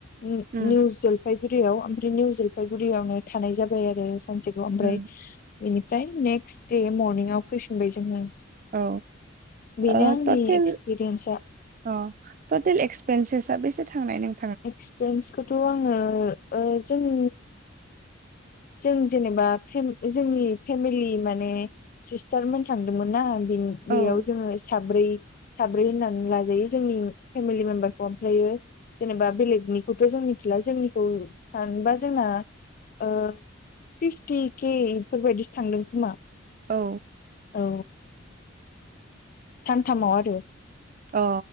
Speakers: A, on the left; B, on the right.
A: उ
B: उम
A: निउ जलफायगुरियाव ओमफ्राय निउ जलफायगुरियावनो थानाय जाबाय आरो। सानसेखौ ओमफ्राय
B: उम
A: बिनिफ्राय नेक्स्ट दे मरनिंआव फैफिनबाय जोङो।
B: औ
A: बिनो
B: ओ
A: आंनि
B: टटेल
A: एक्सपिरियेन्सा।
B: अ टटेल एक्सपेनसेसाआ बेसे थांनाय नों
A: एक्सपेन्सखौथ' आङो ओ जों जों जेनेबा फेम जोंनि फेमिलि माने सिस्टारमोन थांदोंमोनना बेयाव
B: औ
A: जोङो साब्रै साब्रै होननानै लाजायो जोंनि फेमिलि मेम्बारखौ ओमफ्रायो जेनेबा बेलेगनिखौथ' जों मिथिला जोंनिखौ सानबा जोंना ओ फिफटि केे इफोरबायदिसो थांदों खोमा
B: औ।
A: औ। सानथामाव आरो
B: अ